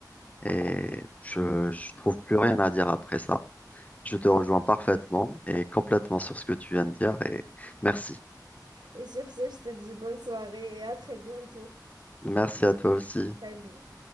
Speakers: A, on the left; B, on the right.
A: et je, je trouve plus rien à dire après ça. Je te rejoins parfaitement et complètement sur ce que tu viens de dire et merci.
B: Et sur ce, je te dis bonne soirée et à très bientôt.
A: Merci à toi aussi.
B: Salut.